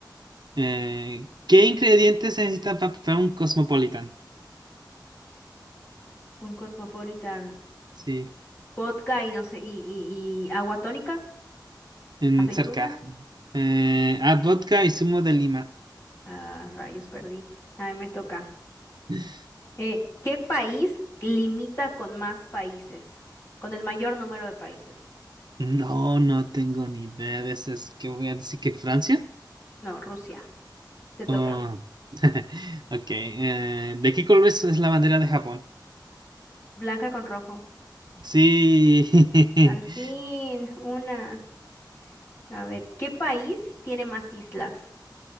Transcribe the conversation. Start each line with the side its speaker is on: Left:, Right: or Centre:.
Right: Eh, ¿qué ingredientes se necesitan para preparar un cosmopolitan?
Left: Un cosmopolitan.
Right: Sí,
Left: Vodka y no sé, y, y, y agua tónica,
Right: en
Left: aceitunas.
Right: cerca. Eh, ah, vodka y zumo de lima.
Left: Ah, rayos, perdí. Ahí me toca.
Right: <laughs>
Left: Eh, ¿qué país limita con más países? Con el mayor número de países.
Right: No, no tengo ni idea de eso. ¿Qué voy a decir que Francia?
Left: No, Rusia. Te toca.
Right: Oh. <laughs> Ok. eh, ¿de qué color es, es la bandera de Japón?
Left: Blanca con rojo.
Right: Sí.
Left: Al fin,
Right: <laughs>
Left: una. A ver, ¿qué país tiene más islas?